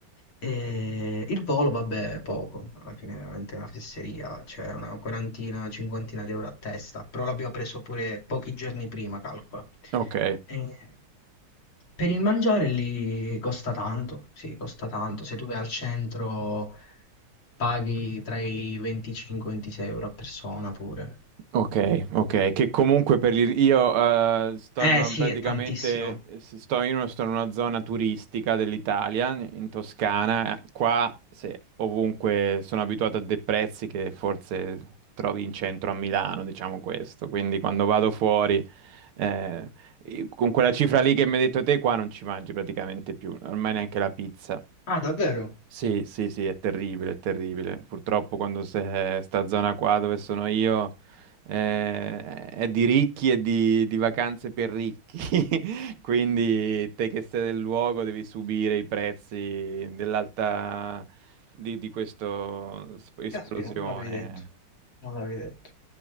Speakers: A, on the left; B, on the right.
A: E il volo, vabbè, è poco, alla fine è veramente una fesseria, cioè una quarantina, cinquantina di euro a testa, però l'abbiamo preso pure pochi giorni prima, calcola.
B: Ok,
A: E per il mangiare lì costa tanto, sì, costa tanto. Se tu vai al centro paghi tra i 25 e 26 euro a persona pure.
B: ok, ok. Che comunque per il- io eh, sto
A: Eh
B: in una
A: sì,
B: praticamente
A: è tantissimo.
B: s- sto in, una- sto in una zona turistica dell'Italia, in Toscana. Qua se, ovunque sono abituato a dei prezzi che forse trovi in centro a Milano, diciamo questo. Quindi quando vado fuori, eh, con quella cifra lì che mi hai detto te, qua non ci mangi praticamente più, ormai neanche la pizza.
A: Ah, davvero?
B: Sì, sì, sì, è terribile, è terribile. Purtroppo quando se sta zona qua dove sono io eh, è di ricchi e di, di vacanze per ricchi, <laughs> quindi te che sei del luogo devi subire i prezzi dell'alta di, di questo sp- esplosione.
A: Caspita, non l'avrei detto. Non l'avrei detto.